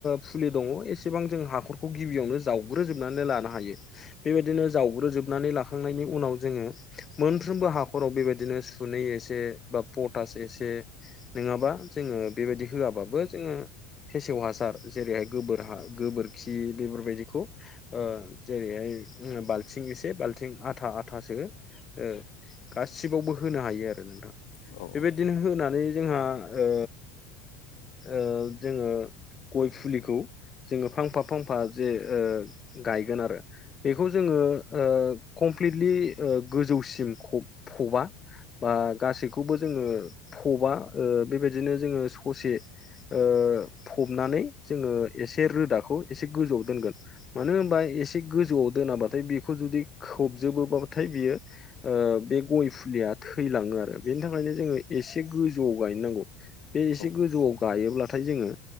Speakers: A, on the left; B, on the left.
A: फुलि ओ दङ' एसेबां जों हाख'रखौ गिबियावनो जावग्रोजोबनानै लानो हायो। बेबायदिनो जावग्रोजोबनानै लाखांनायनि उनाव जोङो मोनफ्रोमबो हाखराव बेबायदि बिदिनो सुनै एसे बा पटास एसे नङाबा जोङो बेबायदि होआबाबो जोङो फेसेव हासार जेरैहाय गोबोर हा गोबोरखि बेफोरबायदिखौ ओ जेरैहाय ओम बालथिं एसे बाल्थिं आथा आथासो ओ गासिबावबो होनो हायो आरो नोंथां।
B: औ औ।
A: बिदिनो होनानै जोंहा ओ ओ जोङो गय फुलिखौ जोङो फांफा फांफा जे ओ गायगोन आरो बेखौ जोङो ओ कमप्लिटलि ओ गोजौसिम खौ फबा। बा गासैखौबो जोङो फबा ओ बेबायदिनो जोङो ससे ओ फबनानै जोङो एसे रोदाखौ एसे गोजौआव दोनगोन। मानो होनबा एसे गोजौआव दोनाबाथाय बेखौ जुदि खोबजोबोबाथाय बियो ओ बे गय फुलिया थैलाङो आरो बेनि थाखायनो जोङो एसे गोजौआव गायनांगौ बे एसे
B: औ
A: गोजौआव गायोब्लाथाय जोङो